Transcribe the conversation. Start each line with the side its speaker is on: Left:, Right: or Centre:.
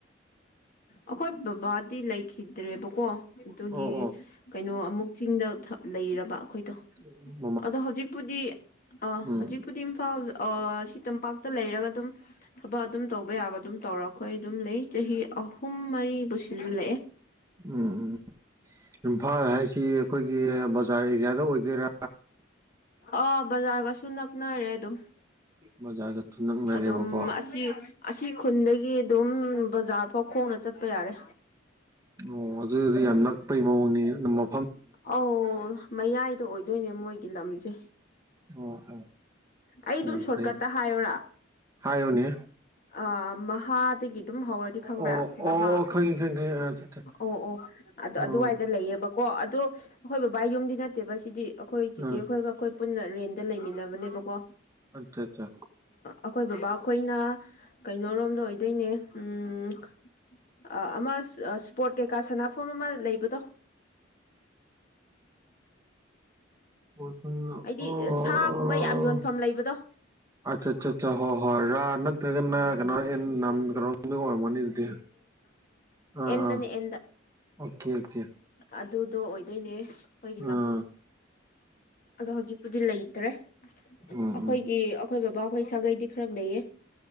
Left: ꯑꯩꯈꯣꯏ ꯕꯕꯥꯗꯤ ꯂꯩꯈꯤꯗ꯭ꯔꯦꯕꯀꯣ ꯑꯗꯨꯒꯤ
Right: ꯑꯣ ꯑꯣ
Left: ꯀꯩꯅꯣ ꯑꯃꯨꯛ ꯆꯤꯡꯗ ꯂꯩꯔꯕ ꯑꯩꯈꯣꯏ
Right: <unintelligible>
Left: ꯑꯗꯣ ꯍꯧꯖꯤꯛꯄꯨꯗꯤ꯫ ꯑ
Right: ꯎꯝ
Left: ꯍꯧꯖꯤꯛꯄꯨꯗꯤ ꯏꯝꯐꯥꯜ ꯑ ꯁꯤ ꯇꯝꯄꯥꯛꯇ ꯂꯩꯔꯒ ꯑꯗꯨꯝ꯫ ꯊꯕꯛ ꯑꯗꯨꯝ ꯇꯧꯕ ꯌꯥꯕ ꯑꯗꯨꯝ ꯇꯧꯔ ꯑꯈꯣꯏ ꯑꯗꯨꯝ ꯂꯩ ꯆꯍꯤ ꯑꯍꯨꯝ ꯃꯔꯤꯕꯨ ꯁꯤꯖꯤꯜꯂꯛꯑꯦ
Right: ꯎꯝ ꯎꯝ ꯏꯝꯐꯥꯜ ꯍꯥꯏꯁꯤ ꯑꯩꯈꯣꯏ꯫ ꯑꯩ ꯕꯖꯥꯔ ꯑꯦꯔꯤꯌꯥꯗ ꯑꯣꯏꯒꯦꯔꯥ꯫
Left: ꯑ ꯕꯖꯥꯔꯒꯁꯨ ꯅꯛꯅꯔꯦ ꯑꯗꯨꯝ꯫
Right: ꯕꯖꯥꯔꯒꯁꯨ ꯅꯛꯅꯔꯦꯕꯀꯣ
Left: ꯑꯗꯨꯝ ꯑꯁꯤ ꯑꯁꯤ ꯈꯨꯟꯗꯒꯤ ꯗꯨꯝ ꯕꯖꯥꯔ ꯐꯧ ꯈꯣꯡꯅ ꯆꯠꯄ ꯌꯥꯔꯦ꯫
Right: ꯑꯣ ꯑꯗꯨꯗꯤ ꯌꯥꯝ ꯅꯛꯄꯩ ꯃꯑꯣꯡꯅꯤ ꯃꯥ
Left: ꯑꯧ ꯃꯌꯥꯏꯗ ꯑꯣꯏꯗꯣꯏꯅꯦ ꯃꯣꯏꯒꯤ ꯂꯝꯁꯦ
Right: ꯑꯣ ꯑꯣ
Left: ꯑꯩ ꯑꯗꯨꯝ
Right: ꯌꯥꯝ
Left: ꯁꯣꯔꯠꯀꯠꯇ
Right: ꯐꯩ
Left: ꯍꯥꯏꯔꯔꯥ
Right: ꯍꯥꯏꯌꯨꯅꯦ
Left: ꯑ ꯃꯍꯥꯗꯒꯤ꯫ ꯑꯗꯨꯝ ꯍꯧꯔꯗꯤ ꯈꯪꯕ꯭ꯔꯥ
Right: ꯑꯣ
Left: ꯃꯍꯥꯛ
Right: ꯑꯣ ꯈꯪꯉꯤ ꯈꯪꯉꯤ ꯈꯪꯉꯤ ꯑꯠꯆꯥ ꯆꯥ
Left: ꯑꯣ ꯑꯣ ꯑꯗꯣ
Right: ꯑꯣ
Left: ꯑꯗꯨꯋꯥꯏꯗ ꯂꯩꯌꯦꯕ꯫ ꯀꯣ ꯑꯗꯣ ꯑꯩꯈꯣꯏ ꯕꯕꯥ ꯌꯨꯝꯗꯤ ꯅꯠꯇꯦꯕ ꯁꯤꯗꯤ ꯑꯩꯈꯣꯏ ꯆꯤꯆꯦꯈꯣꯏꯒ
Right: ꯑꯥ
Left: ꯑꯩꯈꯣꯏ ꯄꯨꯟꯅ ꯔꯦꯟꯗ ꯂꯩꯃꯤꯟꯅꯕꯅꯦꯕꯀꯣ
Right: ꯑꯆꯥ ꯑꯆꯥ꯫
Left: ꯑꯈꯣꯏ ꯕꯕꯥ ꯈꯣꯏꯅ ꯀꯩꯅꯣꯔꯣꯝꯗ ꯑꯣꯏꯗꯣꯏꯅꯦ ꯎꯝ ꯑ ꯑꯃ ꯏꯁꯄꯣꯔꯇ ꯀꯩꯀꯥ ꯁꯅꯐꯝ ꯑꯃ ꯂꯩꯕꯗꯣ
Right: ꯎ ꯎ ꯑꯣ
Left: ꯍꯥꯏꯗꯤ
Right: ꯑꯣ꯫
Left: ꯁꯥꯒꯨꯝꯕ ꯌꯥꯝ ꯌꯣꯟꯐꯝ ꯂꯩꯕꯗꯣ
Right: ꯑꯆꯥ ꯑꯠꯆꯥ ꯑꯆꯥ ꯍꯣ ꯍꯣꯏ ꯔ ꯅꯠ ꯅꯟꯅ ꯀꯩꯅꯣꯟ ꯅ ꯀꯩꯅꯣ ꯑꯣꯏꯔꯝꯃꯅꯤ ꯑꯗꯨꯗꯤ꯫ ꯑꯥ
Left: ꯑꯦꯟ ꯗꯅꯦ
Right: ꯑꯥ
Left: ꯑꯦꯟ ꯗ
Right: ꯑꯣꯀꯦ ꯑꯣꯀꯦ
Left: ꯑꯗꯨꯗꯣ ꯑꯣꯏꯗꯣꯏꯅꯦ ꯑꯩꯈꯣꯏꯒꯤ
Right: ꯑꯥ
Left: ꯂꯝ꯫ ꯑꯗꯣ ꯍꯧꯖꯤꯛꯄꯨꯗꯤ ꯂꯩꯇ꯭ꯔꯦ
Right: ꯎꯝ
Left: ꯑꯩꯈꯣꯏꯒꯤ
Right: ꯎꯝ
Left: ꯑꯩꯈꯣꯏ ꯕꯕꯥ꯫ ꯑꯩꯈꯣꯏ ꯁꯥꯒꯩꯗꯤ ꯈꯔ ꯂꯩꯌꯦ